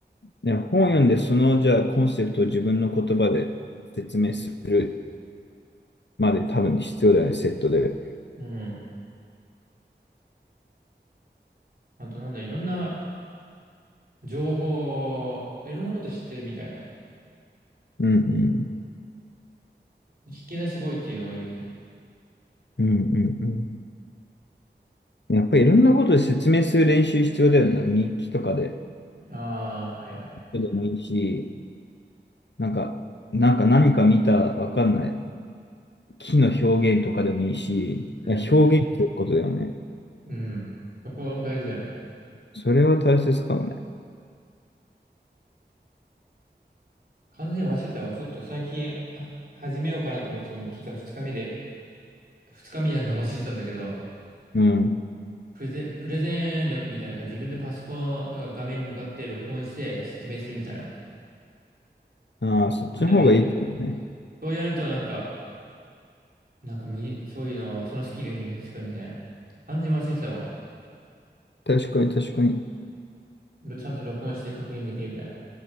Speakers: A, on the left (about 75°); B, on the right (about 55°).
A: ね、本を読んで、その、じゃあ、コンセプトを自分の言葉で説明するまで多分必要だよね、セットで。
B: うん。あとなんだ、いろんな情報、いろんなこと知ってるみたいな。
A: うんうん。
B: 引き出し語彙っていうのがいいよね。
A: うんうんうん。やっぱりいろんなことで説明する練習必要だよね。日記とかで。
B: ああ、はいはい。
A: でもいいし、なんか、なんか何か見た、わかんない。木の表現とかでもいいし、
B: うん。
A: いや表現することだよね。
B: うん。そこ大事だよね。
A: それは大切かもね。
B: 完全に忘れてたわ。ちょっと最近、あ、始めようかなと思ってた日記が2日目で、二日目やるの忘れてたんだけど、
A: うん。
B: プレゼン、プレゼン力みたいな感じ、自分でパソコンとか画面に向かって録音して説明するみたいな。
A: ああ、そっちの方がいいかもね。
B: なんでもいいから。そうやるとなんか、なんか身そういうの、そのスキルを身につくみたいな。完全に忘れてたわ。
A: 確かに、確かに。
B: ろちゃんと録音して確認できるみたいな。